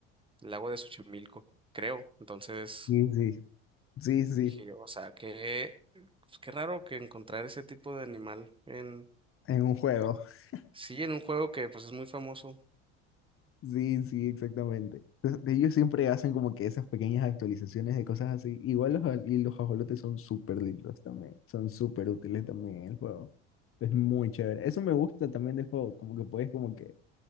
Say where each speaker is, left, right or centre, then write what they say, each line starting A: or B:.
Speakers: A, on the right; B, on the left.
A: el lago de Xochimilco, creo. Entonces
B: sí, sí, sí, sí,
A: dije yo, o sea, que pues, qué raro que encontrar ese tipo de animal en,
B: en un juego. <laughs>
A: sí, en un juego que pues es muy famoso.
B: Sí, sí, exactamente. Entonces, ellos siempre hacen como que esas pequeñas actualizaciones de cosas así. Igual los, aj- y los ajolotes son súper lindos también, son súper útiles también en el juego. Es muy chévere. Eso me gusta también del juego, como que puedes como que